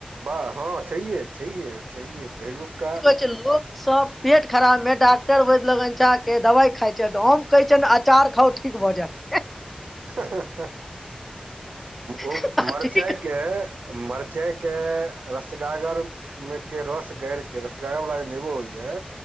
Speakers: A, on the right (about 75°); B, in the centre.
A: वाह हँ छैेहिये छैेहिये छैेहिये पहिलुकका
B: चलू <unintelligible> सब पेट खराबमे डॉक्टर वैद्य लगनजाके दवाई खाई छैथ तऽ हम कहै छियनि अचार खाउ ठीक भऽ जायत
A: ह ह ह ओ
B: जायत
A: मरचाई
B: ठीक
A: के मरचाई के रसगागर मे के रस गाड़ के रसगागर वला जे नेबो होइ ये